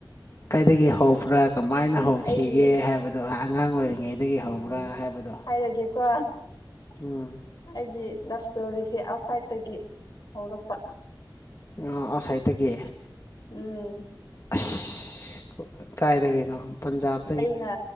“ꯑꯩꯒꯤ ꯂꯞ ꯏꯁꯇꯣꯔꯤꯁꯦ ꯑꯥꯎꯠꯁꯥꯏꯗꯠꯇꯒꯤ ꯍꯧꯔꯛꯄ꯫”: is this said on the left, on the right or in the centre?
Left